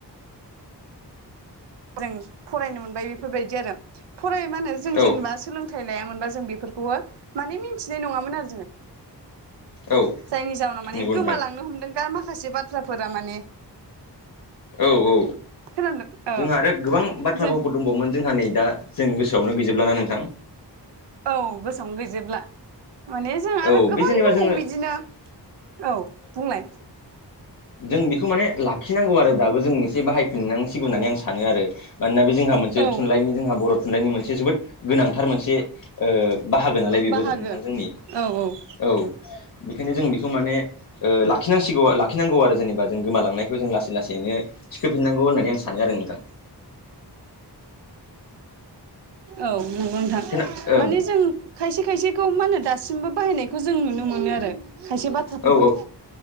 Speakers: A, on the right; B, on the left.
A: जों फरायनो मोनबाय बेफोरबायदि आरो फराय मा होनो जों
B: औ
A: जेनेबा सोलों थाइ लायामोनबा जों बेफोरखौबो माने मिथिनाय नङामोन आरो जोङो
B: औ
A: जायनि जावनाव माने
B: नंगौ
A: गोमालांनो
B: नोंथां
A: हमदों गा माखासे बाथ्राफोरा माने
B: औ औ
A: खोनादों औ
B: जोंहा आरो गोबां बाथ्रा
A: जों
B: भावफो दंबावोमोन जोंहा नै दा जों गोसोआवनो गैजोबलाना नोंथां
A: औ गोसोआवनो गैजोबला माने जोंहा आरो
B: औ
A: गोबां
B: बे जेनेबा
A: दंबावो
B: जोङो
A: बिदिनो औ बुंलाय
B: जों बेखौ माने लाखिनांगौ आरो दाबो जों एसे बाहायफिननांसिगौ होननानै आं सानो आरो मानोना बे जोंहा मोनसे
A: औ
B: थुनलाइनि जोंहा बर' थुनलाइनि मोनसे जोबोद गोनांथार मोनसे ओ बाहागो नालाय बेबो
A: बाहागो
B: नोंथां जोंनि
A: औ औ
B: औ बेखायनो जों बेखौ ओ माने लाखिनांसिगौ लाखिनांगौ आरो जेनेबा जों गोमालांनायखौ जों लासै लासैनो थिखोफिनांगौ होननानै आं सानो आरो नोंथां
A: औ नंगौ नोंथां
B: खोना ओं
A: माने जों खायसे खायसे खौ मा होनो दासिमबो बाहायनायखौ जों नुनो मोनो आरो खायसे बाथ्राफोरखौ।
B: औ